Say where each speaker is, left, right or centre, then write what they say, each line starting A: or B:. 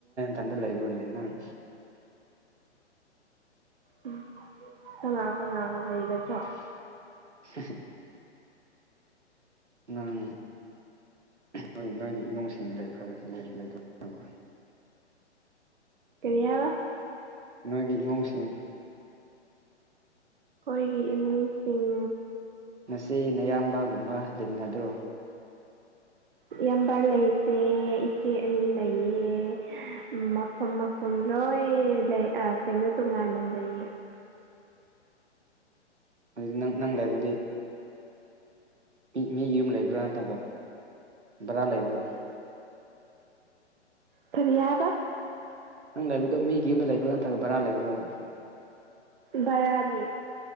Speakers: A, on the right; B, on the right.
A: ꯊꯟꯗ ꯂꯩꯕ꯭ꯔꯣꯅꯦ ꯅꯪ
B: ꯎꯝ ꯀꯅꯥ ꯀꯅꯥꯒ ꯂꯩꯒꯗ꯭ꯔꯣ
A: <unintelligible> ꯅꯪ ꯅꯣꯏꯒꯤ ꯑꯉꯥꯡꯁꯤꯡ ꯏꯃꯨꯡꯁꯤꯡ ꯂꯩꯐꯔ ꯂꯩꯇꯕꯔ ꯇꯥꯕ꯭ꯔꯣ
B: ꯀꯔꯤꯌꯥꯕ
A: ꯅꯣꯏꯒꯤ ꯏꯃꯨꯡꯁꯤꯡ
B: ꯈꯣꯏꯒꯤ ꯏꯃꯨꯡꯁꯤꯡ
A: ꯉꯁꯤ ꯅꯌꯥꯝꯕꯒꯨꯝꯕ ꯂꯩꯃꯤꯟꯅꯗ꯭ꯔꯣ
B: ꯏꯌꯥꯝꯕ ꯂꯩꯇꯦ ꯏꯆꯦ ꯑꯅꯤ ꯂꯩꯌꯦ ꯃꯐꯝ ꯃꯐꯝ ꯂꯣꯏ ꯂꯩ ꯑꯥ ꯀꯩꯅꯣ ꯇꯣꯉꯥꯟꯅ ꯂꯩꯌꯦ
A: ꯑꯗꯨꯗꯤ ꯅꯪ ꯅꯪ ꯂꯩꯕꯨꯗꯤ ꯃꯤ ꯃꯤ ꯌꯨꯝ ꯂꯩꯕ꯭ꯔꯥ ꯅꯠꯇ꯭ꯔꯒ ꯕꯔꯥ ꯂꯩꯕ꯭ꯔꯣ
B: ꯀꯔꯤ ꯍꯥꯏꯕ
A: ꯅꯪ ꯂꯩꯕꯗꯣ ꯃꯤ ꯌꯨꯝꯗ ꯂꯩꯕ꯭ꯔꯣ ꯅꯠꯇ꯭ꯔꯒ ꯕꯔꯥ ꯂꯩꯕ꯭ꯔꯣꯕ
B: ꯚꯔꯥꯅꯤ